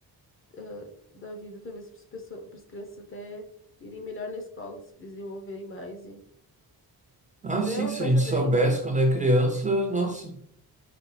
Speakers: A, on the left; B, on the right.
A: ah, da vida, talvez para as pessoas, para as crianças até irem melhor na escola, se desenvolverem mais. E...
B: Ah,
A: Mas
B: sim,
A: é uma
B: se
A: coisa
B: a gente soubesse
A: bem,
B: quando é criança, nossa,
A: né?